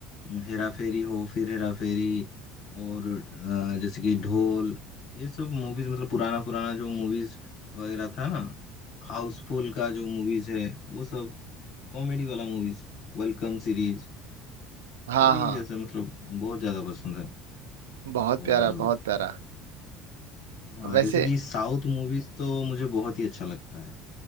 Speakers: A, on the left (about 65°); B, on the right (about 85°).
A: हेरा फेरी हो फिर हेरा फेरी और अ, जैसे कि ढोल ये सब मूवीज मतलब पुराना पुराना जो मूवीज वगैरह था ना हाउसफुल का जो मूवीज है वो सब कॉमेडी वाला मूवीज वेलकम सीरीज
B: हाँ
A: सभी
B: हाँ
A: ऐसे मतलब बहुत ज्यादा पसंद है
B: बहुत
A: और
B: प्यारा बहुत प्यारा
A: हाँ
B: वैसे
A: जैसे कि साउथ मूवीज तो मुझे बहुत ही अच्छा लगता है